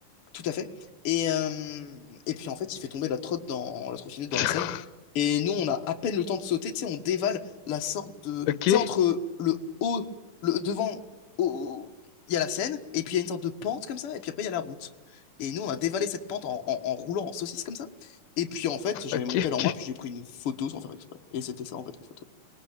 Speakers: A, on the left; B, on the left.
A: tout à fait. Et, euh, et puis en fait, il fait tomber la trotte dans la trottinette dans
B: <laughs>
A: la Seine. Et nous, on a à peine le temps de sauter, tu sais, on dévale la sorte de.
B: Ok.
A: Tu sais,
B: <laughs>
A: entre le haut, le devant, au- il y a la Seine, et puis il y a une sorte de pente comme ça, et puis après, il y a la route. Et nous, on a dévalé cette pente en, en- en roulant en saucisse comme ça. Et puis en fait, j'avais
B: Ok,
A: mon tel
B: ok.
A: en main, puis j'ai pris une photo sans faire exprès. Et c'était ça en fait, la photo.